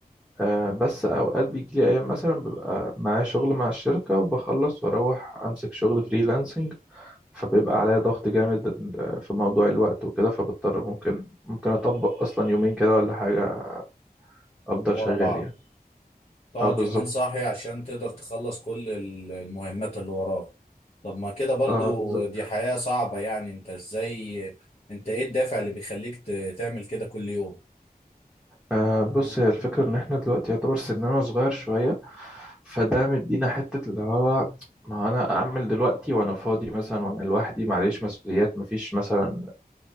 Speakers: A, in the centre; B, on the left.
A: آه، بس اوقات بيجي لي ايام مثلا ببقى معايا شغل مع الشركه وبخلص واروح امسك شغل فريلانسنج فبيبقى عليا ضغط جامد في موضوع الوقت وكده فبضطر ممكن ممكن اطبق اصلا يومين كده ولا حاجه افضل
B: ورا
A: شغال
B: بعض
A: يعني
B: تقعد
A: اه بالظبط
B: يومين صاحي عشان تقدر تخلص كل ال- المهمات اللي وراك طب ما كده برضه
A: اه بالظبط
B: دي حياه صعبه يعني انت ازاي انت ايه الدافع اللي بيخليك ت- تعمل كده كل يوم
A: آه بص هي الفكره ان احنا دلوقتي يعتبر سننا صغير شويه فده مدينا حته اللي هو ما انا اعمل دلوقتي وانا فاضي مثلا وانا لوحدي معليش مسؤوليات مفيش مثلا